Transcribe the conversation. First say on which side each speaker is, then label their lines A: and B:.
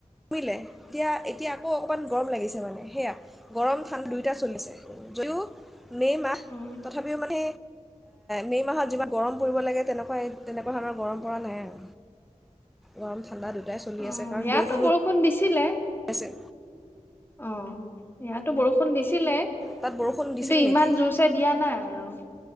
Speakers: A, in the centre; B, on the left.
A: মিলে এতিয়া-এতিয়া আ অ' অকণমান গৰম লাগিছে মানে, সেয়া গৰম ঠান দুয়োটা চলিছে যদিও মে' মাহ,
B: অ
A: তথাপিও মানে মে' মাহত যিমান গৰম পৰিব লাগে তেনেকুৱা-তেনেকুৱা ধৰণৰ গৰম পৰা নাই আৰু, গৰম ঠাণ্ডা দু দুয়োটাই চলি
B: অ
A: আছে, কাৰণ
B: ইয়াতো
A: বৰষুণ
B: বৰষুণ দিছিলে।
A: হয়
B: অ', সেয়াতো বৰষুণ <unintelligible> দিছিলে। কিন্তু
A: তাত বৰষুণ দিছিল
B: ইমান
A: নেকি
B: জোৰছে দিয়া নাই আৰু।